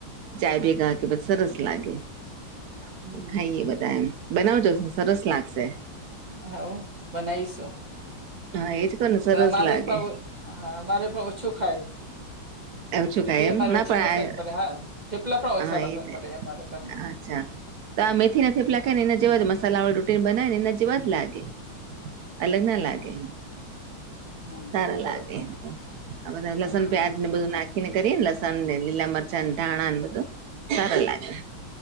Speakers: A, on the right; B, on the right.
A: ચાય બી ગા કે બ સરસ લાગે
B: હમ
A: ખાઈએ બધા એમ બનાવજો સરસ લાગશે.
B: હાવ બનાવીશું
A: હા એજ કોને સરસ
B: અમારે
A: લાગે
B: પણ હા અમારે પણ ઓછું ખાય
A: <inaudible> એવછું
B: દૂધી
A: કાય એમ
B: અમારે
A: ના
B: ઓછી
A: પણ
B: પસંદ પડે હા થેપલા પણ ઓછા
A: હા
B: પસંદ
A: એ જ
B: પડે
A: ન
B: અમારે ઘરમાં
A: અચ્છા તો આ મેથી ના થેપલાખે ને એના જેવા જ મસાલા વાળી રોટી બનાવે ને એના જેવા જ લાગે અલગ
B: હા
A: ના લાગે
B: હમ
A: સારા
B: બરોબર
A: લાગે એમ તો આ બધા લસન
B: હા હા
A: પ્યાજ અનેને બધું નાખીને કરીએ લસણ ને લીલા મરચા ધાણા બધું. સારા લાગે